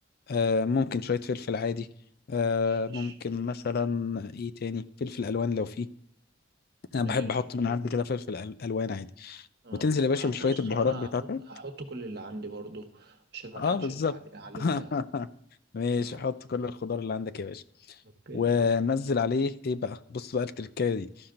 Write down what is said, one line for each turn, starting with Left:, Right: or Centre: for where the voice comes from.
Left: آه ممكن شوية فلفل عادي آه
Right: ماشي
Left: ممكن مثلا إيه تاني فلفل ألوان لو فيه
Right: ماشي
Left: أنا بحب أحط
Right: ماشي
Left: من عندي كده فلفل أل- ألوان عادي
Right: اه
Left: وتنزل يا باشا بشوية
Right: بص
Left: البهارات
Right: انا
Left: بتاعتك
Right: هحط هحط كل اللي عندي برضو عشان ما
Left: أه
Right: اضحكش
Left: بالظبط
Right: علي- عليك
Left: <laughs>
Right: يعني
Left: ماشي
Right: اه
Left: حط كل الخضار اللي عندك يا باشا
Right: اوكي
Left: ونزل عليه ايه بقى بص بقى التركايه دي